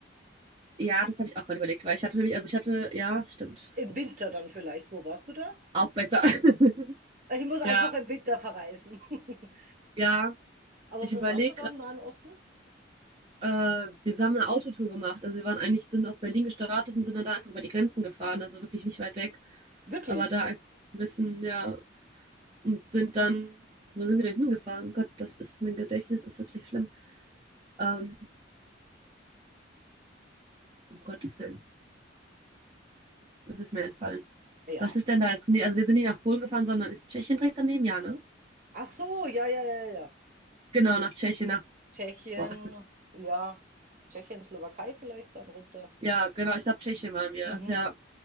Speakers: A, on the right (about 25°); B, on the right (about 45°).
A: Ja, das habe ich auch gerade überlegt, weil ich hatte nämlich, also ich hatte, ja, stimmt.
B: Im Winter dann vielleicht. Wo warst du da?
A: Auch besser. <laughs>
B: Ich muss einfach
A: Ja,
B: im Winter verreisen. <laughs>
A: ja.
B: Aber
A: Ich
B: wo
A: überlege,
B: warst du da im Nahen Osten?
A: äh, wir haben eine Autotour gemacht. Also wir waren eigentlich, sind aus Berlin gestartet und sind dann da einfach über die Grenzen gefahren, also wirklich nicht weit weg.
B: Wirklich?
A: Aber da einfach ein bisschen, ja. und sind dann, wo sind wir denn hingefahren? Oh Gott, das ist, mein Gedächtnis ist wirklich schlimm. Ähm, um Gottes Willen, das ist mir entfallen.
B: Ja.
A: Was ist denn da jetzt? Nee, also wir sind nicht nach Polen gefahren, sondern ist Tschechien direkt daneben? Ja, ne?
B: Ach so, ja, ja, ja, ja.
A: Genau, nach Tschechien, nach,
B: Tschechien,
A: boah, was ist das?
B: ja. Tschechien, Slowakei vielleicht dann runter.
A: Ja, genau, ich glaube, Tschechien waren wir,
B: Mhm.
A: ja.